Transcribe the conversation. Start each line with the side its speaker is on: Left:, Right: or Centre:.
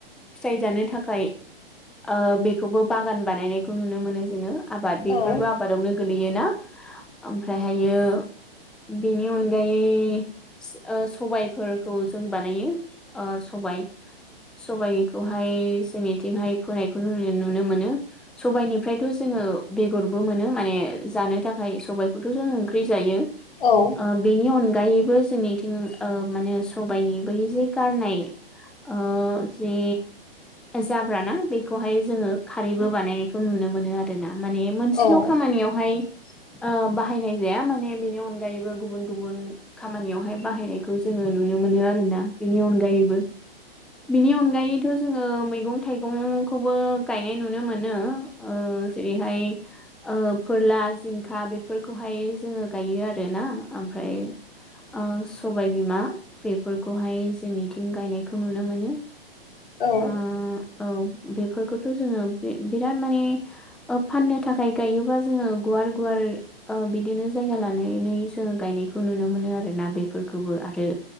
Centre: फिथाइ जानो थाखाय ओ बेखौबो बागान बानायनायखौ नुनो मोनो जोङो आबाद बेफोरबो
Left: औ
Centre: आबादावनो गोलैयोना ओमफ्रायहायो बेनि अनगायै ओ सबायफोरखौ जों बानायो ओ सबाय सबायाइखौहाय जोंनिथिंहाय फोनायखौ नुनो मोनो सबायाइनिफ्रायथ' जोङो बेगरबो मोनो माने जानो थाखाय सबायाइखौथ' जों ओंख्रि जायो आ
Left: औ
Centre: बेनि अन गायोबो जोंनिथिं ओ माने सबाइनि बै जे गारनाय आ जे जाब्राना बेखौहाय जोङो खारैबो बानायनायखौ नुनो मोनो आर ना माने मोनसेल'
Left: औ
Centre: खामानियावहाय ओ बाहायनाय जाया माने बेनि अनगायैबो गुबुन गुबुन खामानियावहाय बाहायनायखौ जोङो नुनो नुनो मोनो आरोना बेनि अनगायैबो बिनि अनगायैथ' जोङो मैगं थाइगंखौबो गायनाय नुनो मोनो ओ जेरैहाय ओ फोरला जिंखा बेफोरखौहाय जोङो गायो आरोना ओमफ्राय ओमफ्राय ओ सबायबिमा बेफोरखौहाय जोंनिथिं गायनायखौ नुनो मोनो
Left: औ
Centre: ओ औ बेफोरखौथ' जोङो बि बिराद माने फाननो थाखाय गायोबा जोङो गुवार गुवार ओ बिदिनो जायगा लानानै जोङो गायनाय नुनो मोनो आरोना बेफोरखौबो आरो